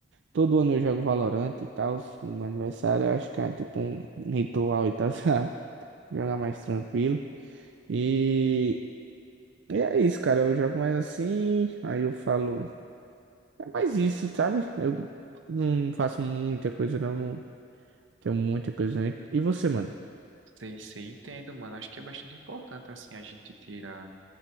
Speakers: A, on the right; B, on the right.
A: Todo ano eu jogo Valorant e tal, no meu aniversário, eu acho que é tipo um ritual e tal, <laughs> sabe? Jogar mais tranquilo. E E é isso, cara. Eu jogo mais assim, aí eu falo. É mais isso, sabe? Eu não faço muita coisa, não. não tenho muita coisa. não. E você, mano?
B: sei, sei, entendo, mano. Acho que é bastante importante, assim, a gente tirar